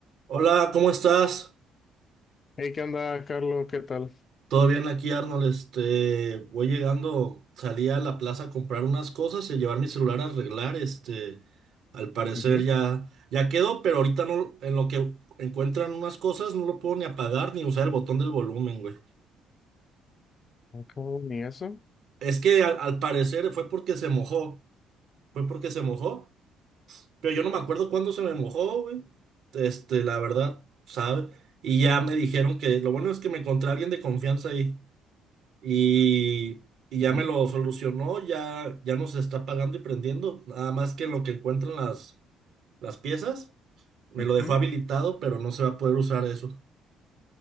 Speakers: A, on the right (about 65°); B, on the left (about 35°).
A: Hola, ¿cómo estás?
B: Hey, ¿qué onda, Carlos? ¿Qué tal?
A: ¿Todo bien aquí, Arnold? Este, voy llegando, salí a la plaza a comprar unas cosas y llevar mi celular a arreglar. Este, al parecer
B: Ujú.
A: ya, ya quedó, pero ahorita no, en lo que encuentran unas cosas no lo puedo ni apagar ni usar el botón del volumen, güey.
B: Ah, cabrón, ¿y eso?
A: Es que al, al parecer fue porque se mojó, fue porque se mojó, pero yo no me acuerdo cuándo se me mojó, güey. Este, la verdad, ¿sabe? Y ya me dijeron que lo bueno es que me encontré a alguien de confianza ahí. Y, y ya
B: Ujú,
A: me lo solucionó, ya, ya nos está pagando y prendiendo. Nada más que en lo que encuentran las, las piezas, me
B: ujú.
A: lo dejó habilitado, pero no se va a poder usar eso.